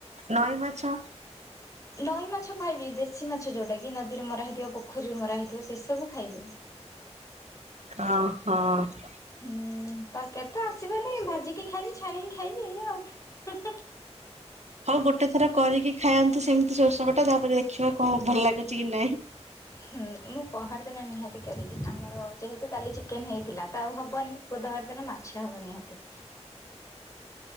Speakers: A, on the right; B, on the left.
A: ନଈ ମାଛ।
B: ନଈ ମାଛ ଖାଇବି ଦେଶୀ ମାଛ ଯୋଉଟା କି ନଦୀରେ ମରା ହେଇଥିବ ପୋଖରୀରୁ ମରା ହେଇଥିବ ସେ ସବୁ ଖାଇବି।
A: ହଁ। ହଁ।
B: ହୁଁ ତାଙ୍କେ ତ ଆସିବନି ଭାଜିକି ଖାଇବି ଛାଣିକି ଖାଇବି ଏଇଆ ଆଉ।
A: ହଉ ଗୋଟେ ଥର କରିକି ଖାଆନ୍ତୁ ସେମିତି ସୋରିଷବଟା ତାପରେ ଦେଖିବା କଣ ଭଲ ଲାଗୁଛି କି ନାଇଁ।
B: ହୁଁ ମୁଁ ପହର ଦିନ ନିହାତି କରିବି ଆମର ଯେହେତୁ କାଲି ଚିକେନ ହେଇଥିଲା ତ ଆଉ ହବନି। ବୁଧବାର ଦିନ ମାଛ ହବ ନିହାତି।